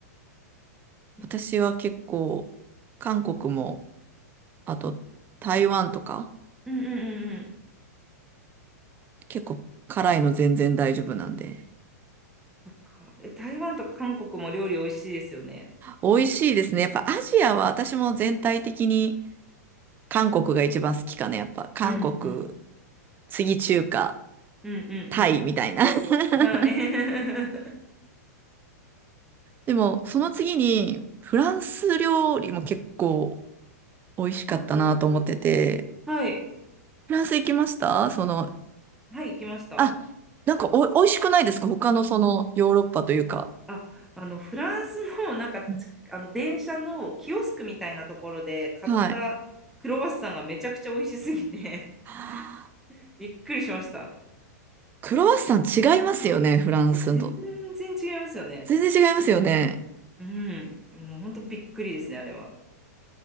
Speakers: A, in the centre; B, on the right.
A: う
B: 私は結構韓国も、あと台湾とか、
A: んうんうんうん。
B: 結構辛いの全然大丈夫なんで。
A: かえ台湾とか韓国も料理美味しいですよね。
B: 美味しいですね。やっぱアジアは私も全体的に韓国が一番好きかな。やっぱ韓国、
A: うん、うん、
B: 次中華、
A: うん、うん、
B: タイみたいな。<laughs>
A: うん。はい。<laughs>
B: でもその次にフランス料理も結構美味しかったなと思ってて。
A: あーはい、
B: フランス行きましたその、
A: はい、行きました。
B: あ、なんかお、美味しくないですか他のそのヨーロッパというか。
A: あ、あの、フランスの、なんか、
B: うん
A: つあの、電車のキオスクみたいなところで買ったクロワッサンがめちゃくちゃ美味しすぎて
B: はい。あ、
A: <laughs> びっくりしました。
B: クロワッサン違いますよね、フランスと。
A: いや、全然違いますよね。
B: 全然違いますよね。
A: うん。もう本当びっくりですね、あれは。